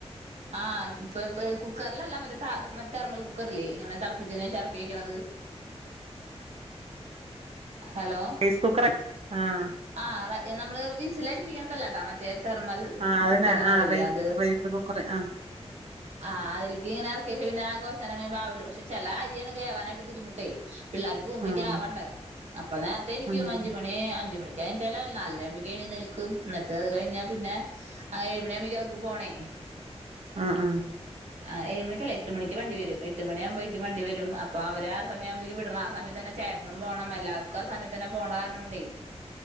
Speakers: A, on the right; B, on the right.
A: ആഹ് ഇപ്പൊ ഇപ്പ കുക്കറിലല്ല ഒരു മറ്റേ ത തെർമ്മൽ കുക്കറില്ലേ ഇങ്ങനെ തിളപ്പിച്ചതിന് ശേഷം ഇറക്കി വക്കണത്. ഹലോ
B: റൈസ് കുക്കർ ആഹ്
A: ആഹ് റ നമ്മള് വിസിൽ അടിപ്പിക്കണതല്ലാട്ടാ മറ്റേ തെർമൽ
B: ആഹ് അതന്നെ
A: കുക്കർന്ന്
B: ആഹ്
A: പറയില്ലേ
B: റൈസ്
A: അത്
B: റൈസ് കുക്കർ ആഹ്
A: ആ അതിലിക്ക് ഇങ്ങനെ ഇറക്കി വെച്ച പിന്നെ കുറച്ച് നേരം കഴിയുമ്പോ ആവുലോ പക്ഷേ ചില അരിയാണ് വേവാനായിട്ട് ബുദ്ധിമുട്ടേ പിള്ളാര് പോവുമ്പേക്ക്
B: ഉം
A: ആവണ്ടേ അപ്പ നേരത്തെ എണീക്കും
B: ഉം
A: അഞ്ച്
B: ആഹ്
A: മണി അഞ്ചു മണി <unintelligible> നാലര ആകുമ്പഴക്ക് എഴുന്നേൽക്കും എന്നിട്ട് അത് കഴിഞ്ഞാ പിന്നെ ഏഴുമണി ആകുമ്പഴേക്ക് അവർക്ക് പോണേ.
B: ആഹ് ആഹ്
A: ആ ഏഴ് മണിക്കല്ലേ? എട്ട് മണിക്ക് വണ്ടി വരും എട്ട് മണി ആവുമ്പോ വണ്ടി വരും അപ്പൊ അവ ആ സമയം ആവുമ്പേക്ക് വിടണം ആ സമയത്ത് തന്നെ ചേട്ടനും പോണം എല്ലാവർക്കും ആ സയത്തന്നെ പോണ കാരണം കൊണ്ടേ